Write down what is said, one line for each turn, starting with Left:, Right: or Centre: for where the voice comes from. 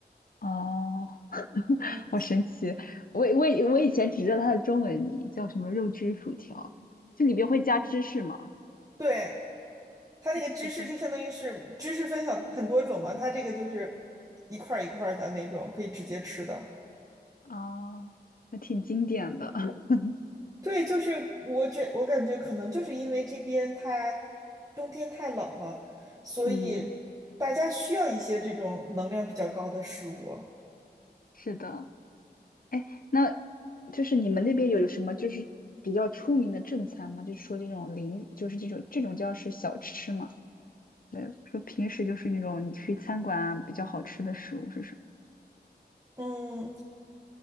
Left: 哦，<laughs>
Right: 嗯，
Left: 好神奇！我我以我以前只知道它的中文名叫什么肉汁薯条，就里边会加芝士嘛，
Right: 对，它那个芝士就相当于是芝士分享很多种嘛，
Left: 对就是
Right: 它这个就是一块一块的那种，可以直接吃的。
Left: 啊，那挺经典的。<laughs>
Right: 对，就是我觉我感觉可能就是因为这边它冬天太冷了，所以大家需要一些这种能量比较高的食物。
Left: 嗯，是的。哎，那就是你们那边有什么就是比较出名的正餐吗？就是说这种零，就是这种这种叫是小吃嘛？对，说平时就是那种你去餐馆啊比较好吃的食物是什么？
Right: 嗯，